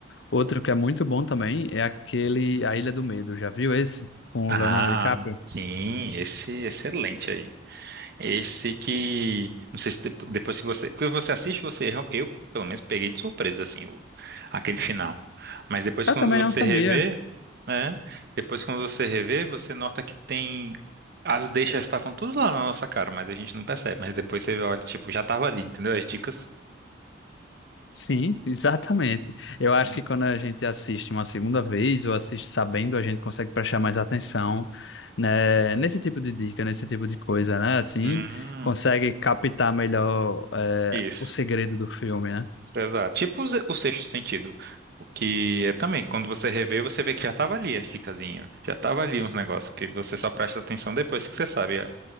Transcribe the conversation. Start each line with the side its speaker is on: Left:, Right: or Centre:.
Left: Outro que é muito bom também é aquele A Ilha do Medo. Já viu esse? Com
Right: Ah,
Left: o Leonardo DiCaprio?
Right: sim, esse excelente aí. Esse que. Não sei se depo- depois que você. Porque você assiste, você. real- Eu, pelo menos, peguei de surpresa, assim, o, aquele final. Mas depois,
Left: Eu
Right: quando
Left: também
Right: você
Left: não sabia.
Right: revê, né? Depois, quando você revê, você nota que tem. As deixas estavam tudo lá na nossa cara, mas a gente não percebe. Mas depois você olha, tipo, já tava ali, entendeu? As dicas.
Left: Sim, <laughs> exatamente. Eu acho
Right: <laughs>
Left: que quando a gente assiste uma segunda vez ou assiste sabendo, a gente consegue prestar mais atenção, né, nesse tipo de dica, nesse tipo de coisa, né? Assim,
Right: Hum,
Left: consegue captar melhor, eh,
Right: isso.
Left: o segredo do filme, né?
Right: Exato. Tipo o ze- o sexto sentido. O que é também, quando você revê, você vê que já tava ali as dicasinhas. Já tava ali uns negócios que você só presta atenção depois que você sabe a,